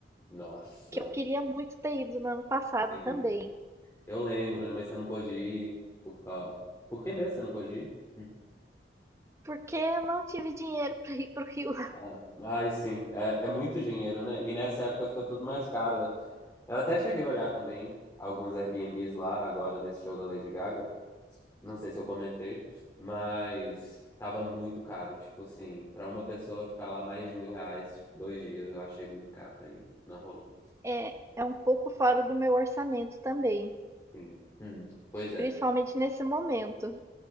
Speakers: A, on the left; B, on the right.
A: Nossa.
B: que eu queria muito ter ido no ano passado
A: Sim.
B: também,
A: Eu lembro, né? Mas você não pôde ir por causa... Por que mesmo você não pôde ir? Hum.
B: porque eu não tive dinheiro <laughs> para ir pro Rio.
A: Ah, ai, sim. É, é muito dinheiro, né? E nessa época fica tudo mais caro. Eu, eu até cheguei a olhar também alguns Airbnbs lá, agora nesse show da Lady Gaga. Não sei se eu comentei, mas tava muito caro. Tipo assim, pra uma pessoa ficar lá mais de mil reais, tipo, dois dias, eu achei muito caro. Aí não rolou.
B: É, é um pouco fora do meu orçamento também,
A: Sim. Hum. Pois é.
B: principalmente nesse momento.